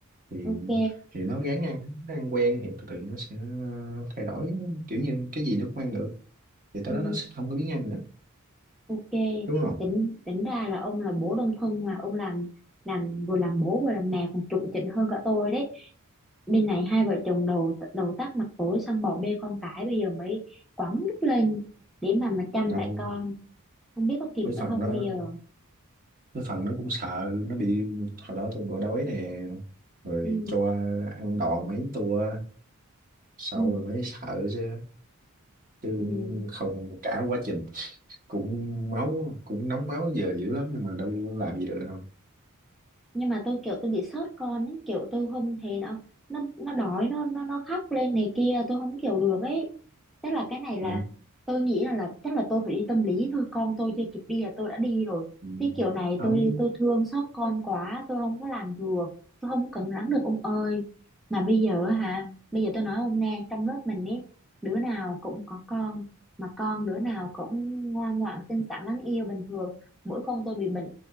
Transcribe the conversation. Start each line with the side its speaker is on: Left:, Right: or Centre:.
Right: thì
Centre: ok
Right: thì nó ráng ăn nó ăn quen thì từ từ nó sẽ ờ, thay đổi kiểu như cái gì nó cũng ăn được thì tới
Centre: ừ.
Right: đó nó sẽ không có biến ăn nữa
Centre: ok
Right: đúng không
Centre: tính tính ra là ông là bố đơn thân mà ông làm làm vừa làm bố vừa làm mẹ còn chuẩn chỉnh hơn cả tôi đấy bên này hai vợ chồng đầu đầu tắt mặt tối xong bỏ bê con cái bây giờ mới quẳng đứt lên để mà mà chăm
Right: đâu
Centre: lại con không biết có kịp
Right: cái
Centre: nữa
Right: phần
Centre: không
Right: đó
Centre: bây giờ
Right: cái phần nó cũng sợ nó bị hồi đó tôi bỏ đói nè rồi
Centre: ừ
Right: cho ăn đòn mấy tua sau
Centre: ừ
Right: rồi mới sợ chứ chứ
Centre: ừ
Right: không cả quá trình cũng máu cũng nóng máu giờ dữ lắm nhưng mà đâu có làm gì được đâu
Centre: nhưng mà tôi kiểu tôi bị sót con ấy kiểu tôi không thấy nó nó nó đói nó nó nó khóc lên này kia tôi không kiểu được ấy tức là cái này là
Right: ừ.
Centre: tôi nghĩ là là chắc là tôi phải đi tâm lý thôi con tôi chưa kịp đi là tôi đã đi rồi
Right: Ừ.
Centre: cái kiểu này
Right: không
Centre: tôi tôi thương xót con quá tôi không có làm được tôi không cẩn lắng được ông ơi mà bây giờ hả bây giờ tôi nói ông nghe trong lớp mình ấy đứa nào cũng có con mà con đứa nào cũng ngoan ngoãn xinh xắn đáng yêu bình thường mỗi con tôi bị bệnh